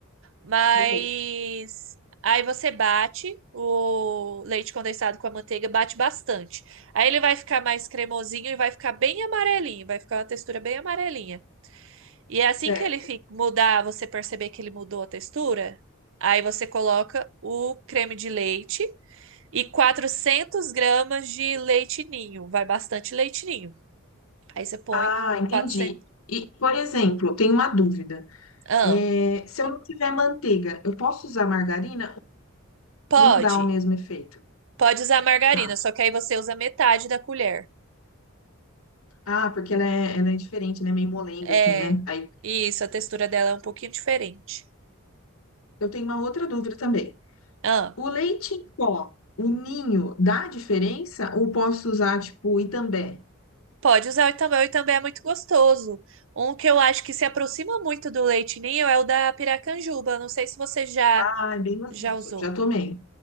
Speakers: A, on the right; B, on the left.
A: Mas
B: Beleza.
A: aí você bate o leite condensado com a manteiga, bate bastante. Aí ele vai ficar mais cremosinho e vai ficar bem amarelinho, vai ficar uma textura bem amarelinha. E é assim
B: Certo.
A: que ele fi- mudar, você perceber que ele mudou a textura, aí você coloca o creme de leite e 400 gramas de leite ninho, vai bastante leite ninho. Aí você põe
B: Ah, entendi.
A: 400.
B: E, por exemplo, tenho uma dúvida.
A: Ah,
B: É, se eu não tiver manteiga, eu posso usar margarina?
A: pode.
B: não dá o mesmo efeito.
A: Pode usar margarina,
B: Tá.
A: só que aí você usa metade da colher.
B: Ah, porque ela é, ela é diferente, né? Meio molenga,
A: É.
B: assim, né? Aí
A: Isso, a textura dela é um pouquinho diferente.
B: eu tenho uma outra dúvida também.
A: Ah,
B: O leite em pó, o ninho, dá diferença? Ou posso usar, tipo, Itambé?
A: pode usar o Itambé. O Itambé é muito gostoso. Um que eu acho que se aproxima muito do leite ninho é o da Piracanjuba. Não sei se você já
B: Ah, é bem gostoso.
A: já usou.
B: Já tomei,